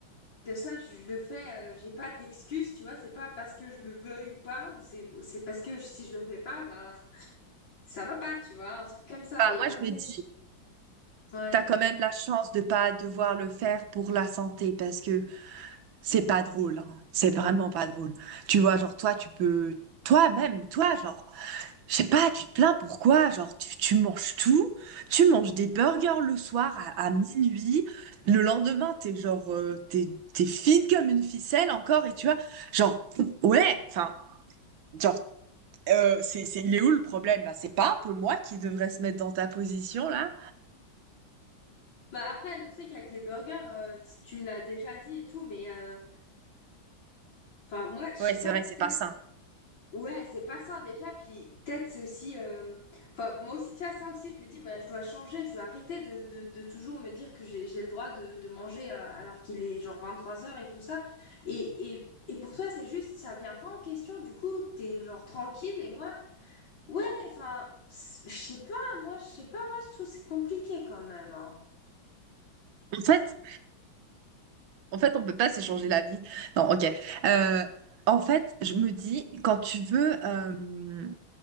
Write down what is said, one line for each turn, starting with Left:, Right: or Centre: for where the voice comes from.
Left: que ça, je le fais, euh, j'ai pas d'excuse, tu vois, c'est pas parce que je le veuille ou pas, ou c'est, ou c'est parce que je- si je le fais pas, ben, ça va pas, tu vois, un truc comme ça,
Right: Bah,
Left: mais
Right: moi,
Left: après,
Right: je me dis,
Left: je- ouais.
Right: t'as quand même la chance de pas devoir le faire pour la santé parce que c'est pas drôle. hein. C'est vraiment pas drôle. Tu vois, genre, toi, tu peux, toi-même, toi, genre, je sais pas, tu te plains pourquoi? Genre, tu, tu manges tout, tu manges des burgers le soir à, à minuit, le lendemain, t'es genre, euh, t'es, t'es fine comme une ficelle encore, et tu vois, genre, ouais, enfin. Genre, euh, c'est, c'est, il est où le problème? Bah, c'est pas un peu moi qui devrais se mettre dans ta position là?
Left: Bah après, le truc avec les burgers, euh, si tu me l'as déjà dit et tout, mais euh, enfin, moi, je sais
Right: Ouais,
Left: pas,
Right: c'est vrai
Left: peut-être,
Right: que c'est pas sain.
Left: ouais, c'est pas ça déjà, puis peut-être c'est aussi, euh, enfin, moi aussi, tu vois, ça aussi, je me dis, bah, je dois changer, je dois arrêter de, de, de toujours me dire que j'ai, j'ai le droit de, de manger euh, alors qu'il est genre vingt trois heures et tout ça. Et, et, et pour toi, c'est juste, ça vient pas en question, du coup, t'es genre tranquille, et moi, ouais, enfin, c- je sais pas, moi, je sais pas, moi, je trouve que c'est compliqué quand même, hein.
Right: En fait, en fait, on peut pas s'échanger la vie. Non, ok. Euh, en fait, je me dis, quand tu veux, euh,